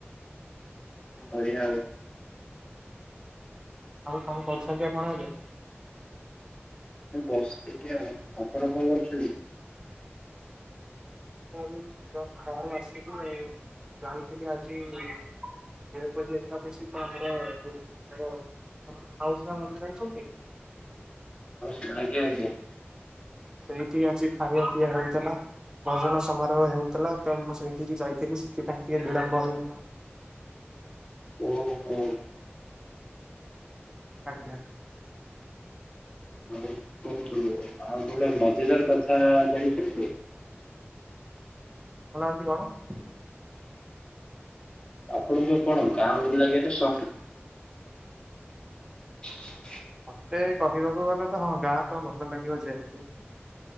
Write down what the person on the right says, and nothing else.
ଆଉ କଣ କରୁଛନ୍ତି ଆପଣ ଏବେ?
ବାହାରୁ, ଜଷ୍ଟ ବାହାରୁ ଆସିଲୁ, ଯାଉଥିଲି ଆଜି- ଯେହେତୁ ଆଜି ଏକାଦଶୀ ତ ଆମର, ଆମର ମାଉସୀ ମା ମନ୍ଦିର ଜାଣିଛନ୍ତି?
ସେଇଠି ଆଜି ଖାଇବା ପିଇଆ ହେଇଥିଲା। ଭଜନ ସମାରୋହ ହେଉଥିଲା, ତ ମୁଁ ସେଇଠିକି ଯାଇଥିଲି, ସେଥିପାଇଁ ଟିକେ ବିଳମ୍ବ ହେଇଗଲା।
ଆଜ୍ଞା।
କହୁନାହାନ୍ତି କଣ?
ମତେ କହିବାକୁ ଗଲେ ତ ହଁ, ଗାଁ ତ ଭଲ ଲାଗିବ ଯେହେତୁ